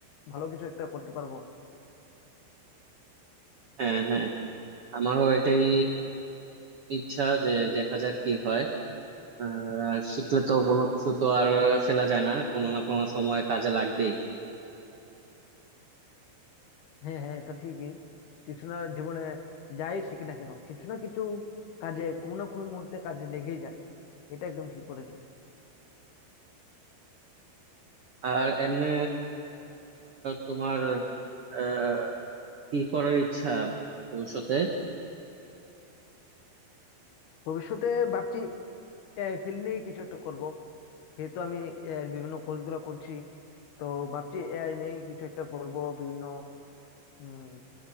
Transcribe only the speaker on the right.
হ্যাঁ হ্যাঁ আমারও এটাই ইচ্ছা যে দেখা যাক কি হয় আর শিখলে তো কোনো কিছু তো আর ফেলা যায় না কোনো না কোনো সময় কাজে লাগবেই
আর এমনি তোমার আহ, কি করার ইচ্ছা ভবিষ্যতে